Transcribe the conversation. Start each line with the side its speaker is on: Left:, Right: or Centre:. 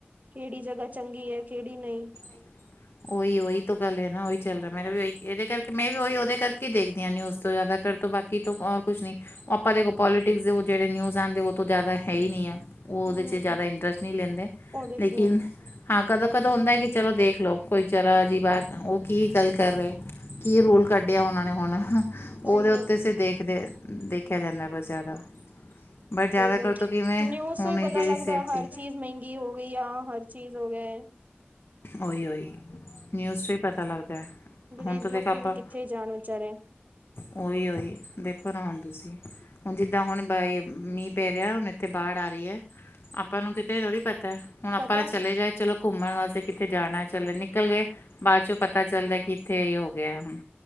Right: ਕਿਹੜੀ ਜਗ੍ਹਾ ਚੰਗੀ ਹੈ ਕਿਹੜੀ ਨਹੀ,
Left: <inaudible> ਉਹੀ ਉਹੀ ਤੋਂ ਗੱਲ ਹੈ ਨਾ ਉਹੀ ਚੱਲ ਰਿਹਾ ਮੈਂ ਨੇ ਵੀ ਉਹੀ ਇਹਦੇ ਕਰਕੇ ਮੈਂ ਵੀ ਉਹੀ ਉਹਦੇ ਕੇ ਦੇਖਦੀ ਹਾਂ ਨਿਊਜ਼ ਤੋਂ ਜ਼ਿਆਦਾ ਕਰ ਤੋਂ ਬਾਕੀ,, ਕੀ ਤੋਹ ਓਰ ਕੁਛ ਨੀ ਆਪਾਂ ਦੇਖੋ ਪੋਲੀਟਿਕਸ ਦੇ ਉਹ ਜਿਹੜੇ ਨਿਊਜ਼ ਆਂਦੇ ਵੋ ਜ਼ਿਆਦਾ ਹੈ ਹੀ ਨੀ ਆ। ਉਹ ਉਹਦੇ
Right: ਹਮ
Left: ਚ ਜ਼ਿਆਦਾ ਇੰਟਰਸਟ ਨਹੀਂ ਲੈਂਦੇ
Right: ਉਹਦੇ ਚ
Left: ਲੇਕਿਨ, ਹਾਂ ਕਦੋਂ ਕਦੋਂ ਹੁੰਦਾ ਕਿ ਚਲੋ ਦੇਖ ਲੋੋ ਕੋਈ ਜਰਾ ਜਿਹੀ ਬਾਤ ਉਹ ਕੀ ਗੱਲ ਕਰ ਰਹੇ। ਕੀ ਰੋਲ ਕੱਢਿਆ ਉਹਨਾ ਨੇ ਹੁਣ? ਉਹਦੇ
Right: ਉਹੀ
Left: ਉੱਤੇ
Right: ਨਾ
Left: ਅਸੀ ਦੇਖਦੇ ਦੇਖਿਆ ਜਾਂਦਾ ਬਸ ਜ਼ਿਆਦਾ। ਬਟ ਜ਼ਿਆਦਾਤਰ
Right: ਨਿਊਜ਼
Left: ਤੋਂ ਕਿਵੇਂ ਹੁਣ
Right: ਤੋਂ ਹੀ
Left: ਇਹ
Right: ਪਤਾ
Left: ਜਿਹੜੀ
Right: ਲੱਗਦਾ
Left: ਸੇਫਟੀ
Right: ਹਰ ਚੀਜ਼ ਮਹਿੰਗੀ ਹੋ ਗਈ ਆ ਹਰ ਚੀਜ਼ ਹੋ ਗਿਆ
Left: ਉਹੀ ਉਹੀ ਨਿਊਜ਼ ਚ ਹੀ ਪਤਾ ਲੱਗਦਾ।
Right: ਗਰੀਬ
Left: ਹੁਣ ਤਾਂ
Right: ਲੋਕੀ
Left: ਦੇਖ ਆਪਾਂ
Right: ਵੀ ਕਿੱਥੇ ਜਾਣ ਵਿਚਾਰੇ?
Left: ਉਹੀ ਉਹੀ ਦੇਖੋ ਤਾ ਹੁਣ ਤੁਸੀ। ਹੁਣ ਜਿੱਦਾਂ ਹੁਣ ਮੀਂਹ ਪੈ ਰਿਹਾ ਹੁਣ ਇੱਥੇ ਬਾਡ ਆ ਰਹੀ ਹੈ। ਆਪਾਂ ਨੂੰ ਕਿਤੇ ਥੋੜੀ ਪਤਾ ਹੈ ਹੁਣ ਆਪਾਂ
Right: ਪਤਾ
Left: ਤਾਂ ਚਲੇ
Right: ਨੀ
Left: ਜਾਏ ਚਲੋ ਘੁੰਮਣ ਵਾਸਤੇ ਕਿਤੇ। ਕਿਥੇ ਜਾਣਾ ਚੱਲ ਨਿਕਲ ਗਏ,, ਬਾਅਦ ਚੋਂ ਪਤਾ ਚੱਲਦਾ ਕਿ ਇੱਥੇ ਇਹ ਹੋ ਗਿਆ ਹੁਣ?